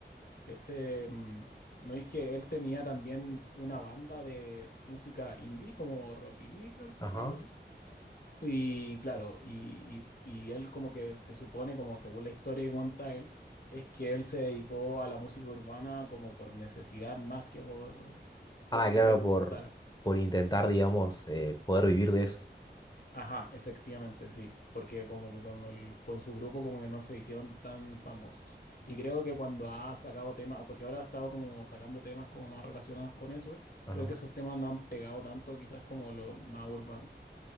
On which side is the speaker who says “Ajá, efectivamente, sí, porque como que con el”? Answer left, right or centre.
Left